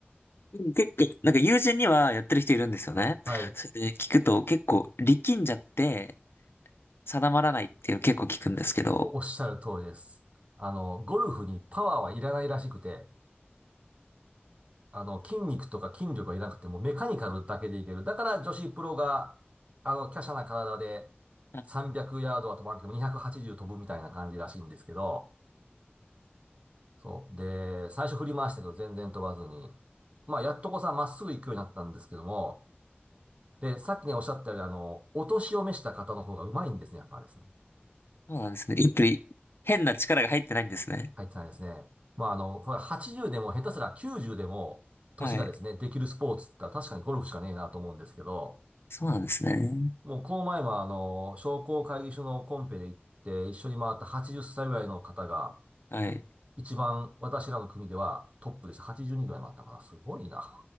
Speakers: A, on the left (about 70°); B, on the right (about 35°).
A: でも結構、なんか友人にはやってる人いるんですよね。
B: はい。
A: それで聞くと結構力んじゃって定まらないっていうの結構聞くんですけど。
B: もうおっしゃる通りです。あの、ゴルフにパワーはいらないらしくて、あの、筋肉とか筋力はいらなくてもうメカニカルだけでいける。だから女子プロが、あの、華奢な体で
A: はい
B: 300ヤードは飛ばなくても280飛ぶみたいな感じらしいんですけど、そう。で、最初振り回したけど全然飛ばずに、まあ、やっとこさ、まっすぐ行くようになったんですけども、で、さっきね、おっしゃったように、あの、お年を召した方の方がうまいんですね、やっぱりですね。
A: そうなんですね。やっぱり変な力が入ってないんですね。
B: 入ってないですね。まあ、あの、これ80でも下手すら90でも、年がですね、
A: はい。
B: できるスポーツって言ったら確かにゴルフしかねえなと思うんですけど、
A: そうなんですね。
B: もうこの前もあの、商工会議所のコンペで行って一緒に回った80歳ぐらいの方が、
A: はい。
B: 一番私らの組ではトップでした。82ぐらい回ったかな。すごいな。